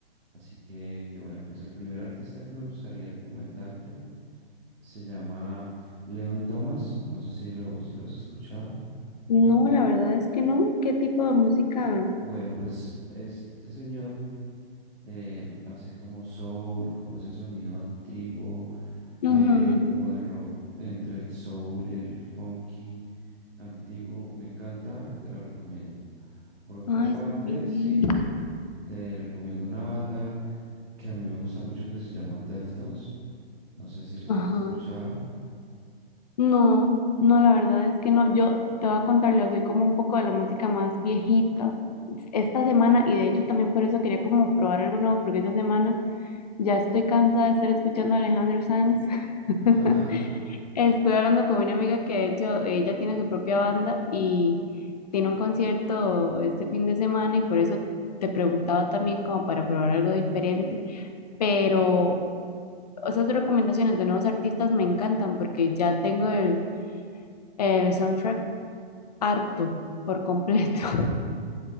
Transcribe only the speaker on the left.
No, la verdad es que no. ¿Qué tipo de música?
Ujú.
Ay,
súper bien.
Ajá.
No, no, la verdad es que no. Yo te voy a contarle, soy como un poco de la música más viejita. Esta semana, y de hecho también por eso quería como probar algo nuevo, porque esta semana ya estoy cansada de estar escuchando a Alejandro Sanz. <laughs>
Estuve hablando con una amiga que de hecho ella tiene su propia banda y tiene un concierto este fin de semana y por eso te preguntaba también como para probar algo diferente. Pero esas recomendaciones de nuevos artistas me encantan porque ya tengo el, el soundtrack harto por completo. <laughs>